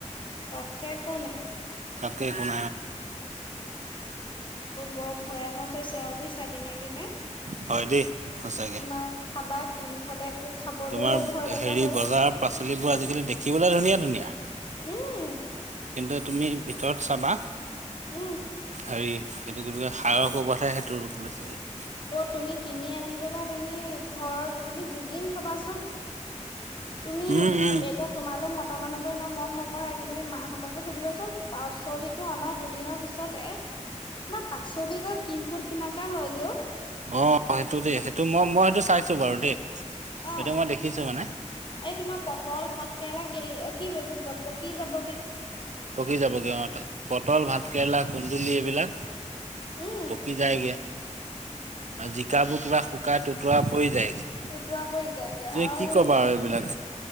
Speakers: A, on the left; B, on the right.
A: তাকে একো নাই
B: তাকে কোন
A: এইৰ বৰ ভয়ানক হৈছে ভাবিছা দিনে দিনে
B: হয় দেই সঁচাকে।
A: তোমাৰ খাবা কি মুঠতে একো খাবলেও
B: তোমাৰ
A: ভয় লগা
B: হেৰি
A: হ'ল
B: বজাৰ পাচলিবোৰ আজিকালি দেখিবলৈ ধুনীয়া ধুনীয়া
A: উম
B: কিন্তু তুমি ভিতৰত চাবা
A: উম
B: হেৰি সেইটো কো সাৰৰ ক'বাতহে সেইটো ৰূপ লৈছাগে
A: অ তুমি কিনি আনি পেলা তুমি ঘৰত তুমি দুদিন থবাচোন। তুমি
B: উম, উম
A: এতিয়া তোমালোক মতা মানুহব ইমান মন নকৰে। কৰাই কিনে মাহঁতকে সুধিবাচোন পাচলিটো অনা দুদিনৰ পিছতে মই পাচলি কৈ কিমফুট কিমা কে লয়গে অ
B: অ সেইটো দেই সেইটো মই মই সেইটো চাইছো বাৰু দেই
A: অ
B: সেইটো মই দেখিছো মানে
A: এই তোমাৰ পটল ভাত কেৰেলা গেলি কি পকি যাব গে
B: পকি যাবগৈ অ ত পটল ভাত কেৰেলা কুন্দুলি এইবিলাক
A: উম
B: পকি যায়গে আৰু জিকাবোৰ কিবা শুকাই টোতোৱা পৰি যায়গে
A: টোতোৱা পৰি যায়গে
B: যে
A: আৰু
B: কি
A: তুমি
B: কবা আৰু এইবিলাক